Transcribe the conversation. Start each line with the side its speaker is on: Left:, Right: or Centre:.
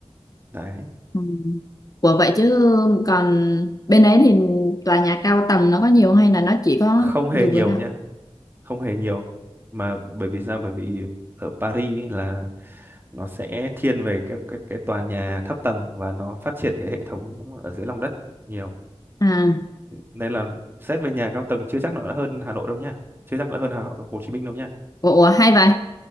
Right: đấy
Left: Ừ. Ủa vậy chứ còn bên đấy thì tòa nhà cao tầng nó có nhiều hay là nó chỉ có
Right: không hề
Left: vừa
Right: nhiều
Left: vừa thôi?
Right: nha không hề nhiều mà bởi vì sao bởi vì ở Paris ấy là nó sẽ thiên về cái cái cái tòa nhà thấp tầng và nó phát triển cái hệ thống ở dưới lòng đất nhiều
Left: À.
Right: nên là xét về nhà cao tầng chưa chắc là đã hơn Hà Nội đâu nha chưa chắc đã hơn Hà, Hồ Chí Minh đâu nha
Left: Ủa, ủa, hay vậy.